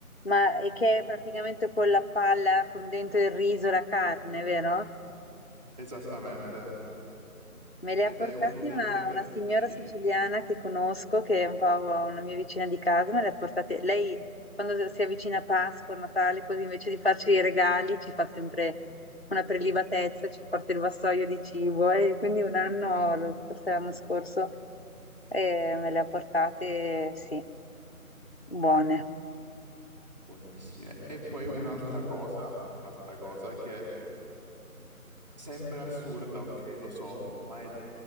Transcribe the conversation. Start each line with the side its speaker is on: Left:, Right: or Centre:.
Left: Ma è che è praticamente con la palla, con dentro il riso, la carne, vero?
Right: Esattamente.
Left: Me le
Right: Ed
Left: ha portate
Right: è uno dei
Left: una,
Right: piatti
Left: una
Right: tipici.
Left: signora siciliana che conosco, che è un po' una mia vicina di casa, me le ha portate. Lei, quando si avvicina a Pasqua, a Natale, così invece di farci i regali, ci fa sempre una prelibatezza, ci porta il vassoio di cibo. E quindi un anno, forse l'anno scorso, eh, me le ha portate, sì, buone.
Right: Buonissime. E poi un'altra cosa, un'altra cosa che sembra assurda, ok, lo so, ma è